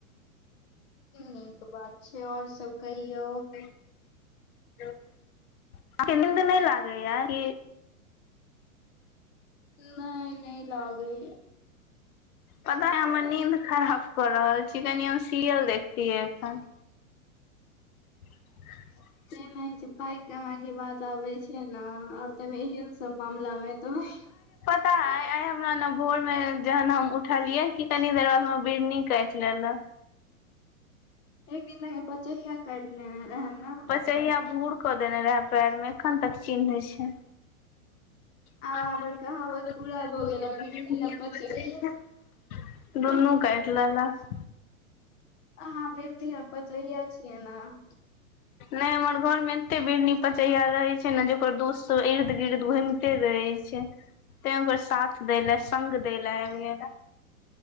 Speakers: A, on the left; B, on the left.
A: नीक बात छै आओर सब कहियौ
B: आहाँक नीन्द नहि लागै य कि
A: नई नई लगायइय
B: पता य हमर नींद खराब कऽ रहल छी कनि हम सियियल देखतियै अखन <unintelligible>
A: से नहि हो छै पाइ कमाइ के बात आबै छै नऽ आओर त एहन सब मामला मे तऽ
B: त <unintelligible> हमरा न भोर में जहन हम उठलियै कि कनी देर बाद हमरा बिड़नी काटि लेलेक
A: एक <unintelligible> पचैया कर लेना रह ने। आब
B: तहिया भूर क देने रहे पैर मे एखन तक चिन्ह एछै आ
A: अहाँ पर कहावत पूरा भऽ गेल
B: <unintelligible>
A: आ बिढ़नी आ पचहिया
B: दुनू काइट लेलक
A: अहाँ बिरनी आ पचहिया छियै नऽ
B: ने हमर घर मे एते बिड़नी पचैया रहे छै ने जेकर दोस्त सब इर्द गिर्द घुमिते रहे है तैं ओकर साथ दै ले संग दै ले आबि गेल